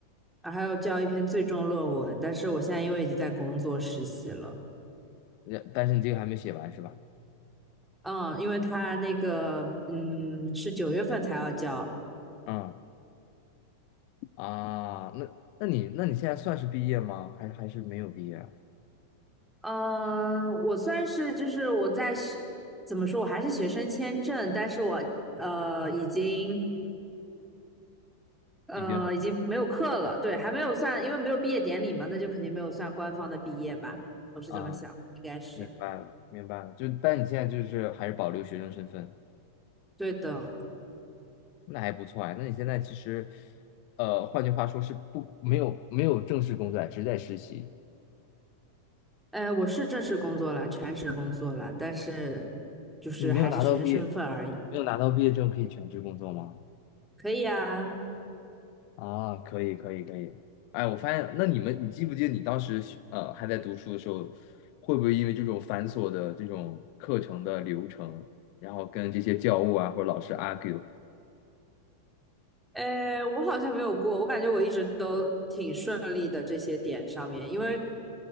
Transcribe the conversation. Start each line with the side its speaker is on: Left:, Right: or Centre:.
Centre: 然还有交一篇最终论文，但是我现在因为已经在工作实习了，
Left: 呃但是你这个还没写完是吧？
Centre: 嗯，因为他那个，嗯，是九月份才要交。
Left: 嗯啊，那那你那你现在算是毕业吗？还还是没有毕业啊？
Centre: 呃，我算是就是我在学怎么说，我还是学生签证，但是我呃已经呃已经没有课了，
Left: 已经是
Centre: 对，还没有算，因为没有毕业典礼嘛，那就肯定没有算官方的毕业吧，我是这么想的，
Left: 啊，
Centre: 应该是
Left: 明白了，明白了，就但你现在就是还是保留学生身份。
Centre: 对的。
Left: 那还不错啊。那你现在其实，呃，换句话说是不没有没有正式工作啊只是在实习。
Centre: 哎，我是正式工作了，全职工作了，但是就是还是学生身份而已，
Left: 你没有拿到毕业，没有拿到毕业证可以全职工作吗？
Centre: 可以啊。
Left: 啊，可以可以可以。哎，我发现，那你们，你记不记得你当时学呃还在读书的时候，会不会因为这种繁琐的这种课程的流程，然后跟这些教务啊或者老师 argue？
Centre: 呃，我好像没有过，我感觉我一直都挺顺利的这些点上面，因为